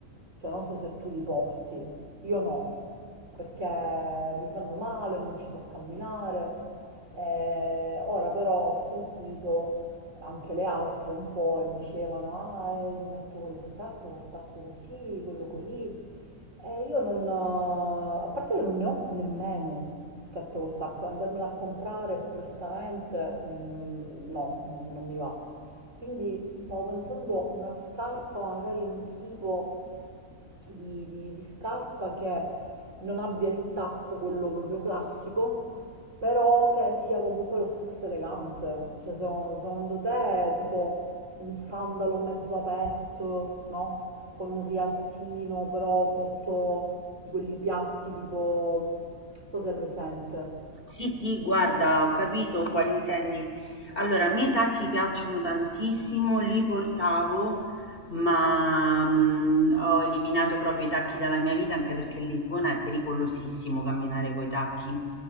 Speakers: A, on the right; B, on the left.
A: cioè non so se tu li porti, io no, perché mi fanno male, non ci so camminare. Eh, ora però ho sentito anche le altre un po' e dicevano, ah, eh, io metto quelle scarpe col tacco così, quello così. Eh, io non ho, a parte che non ne ho nemmeno scarpe col tacco, e andarmela a comprare espressamente, mm, no, non, non mi va. Quindi stavo pensando una scarpa magari un tipo di, di- di scarpa che non abbia il tacco, quello proprio classico, però che sia comunque lo stesso elegante. Cioè, se- secondo te, tipo un sandalo mezzo aperto, no? Con un rialzino, però molto di quelli piatti, tipo, non so se è presente.
B: Sì, sì, guarda, ho capito quale intendi. Allora, a me i tacchi piacciono tantissimo, li portavo, ma mm, ho eliminato proprio i tacchi dalla mia vita anche perché Lisbona è pericolosissimo camminare coi tacchi.